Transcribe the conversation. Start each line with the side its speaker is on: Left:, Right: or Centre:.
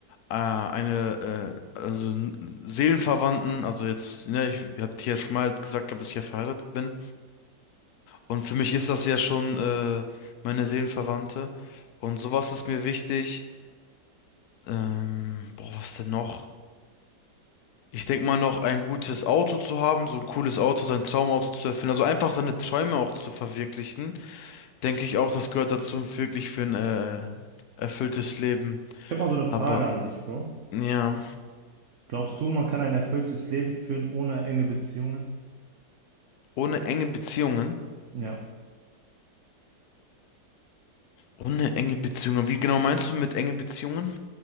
Left: Äh, eine, äh, also n- Seelenverwandten, also jetzt, ne, ich hatte ja schon mal gesagt, gehabt, dass ich ja verheiratet bin. Und für mich ist das ja schon äh, meine Seelenverwandte. Und sowas ist mir wichtig. Ähm, boah, was denn noch? Ich denke mal noch ein gutes Auto zu haben, so ein cooles Auto, sein Traumauto zu erfüllen, also einfach seine Träume auch zu verwirklichen, denke ich auch, das gehört dazu wirklich für ein äh, erfülltes Leben.
Right: Ich habe mal so eine Frage
Left: Aber
Right: an dich, Bro.
Left: ja,
Right: Glaubst du, man kann ein erfülltes Leben führen ohne enge Beziehungen?
Left: ohne enge Beziehungen.
Right: Ja.
Left: Ohne enge Beziehungen. Wie genau meinst du mit enge Beziehungen?